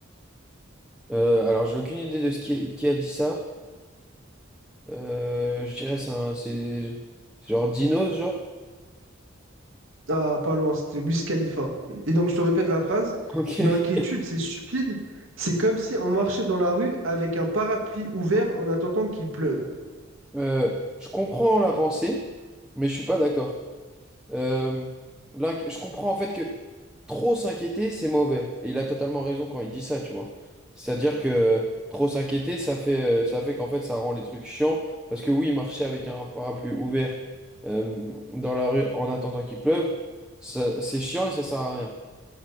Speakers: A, in the centre; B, on the right (about 80°).
A: Euh, alors, j'ai aucune idée de ce qui, qui a dit ça. Euh, je dirais c'est un- c'est c'est genre dinos, genre.
B: Ah, pas loin, c'était Wiz Khalifa. Et donc, je te répète la phrase,
A: <laughs> Ok.
B: l'inquiétude, c'est stupide, c'est comme si on marchait dans la rue avec un parapluie ouvert en attendant qu'il pleuve.
A: Euh, je comprends la pensée, mais je suis pas d'accord. Euh, l'inqui- je comprends en fait que trop s'inquiéter, c'est mauvais. Et il a totalement raison quand il dit ça, tu vois. C'est-à-dire que trop s'inquiéter, ça fait, euh, ça fait qu'en fait, ça rend les trucs chiants. Parce que oui, marcher avec un parapluie ouvert euh, dans la rue en attendant qu'il pleuve, ça- c'est chiant et ça sert à rien.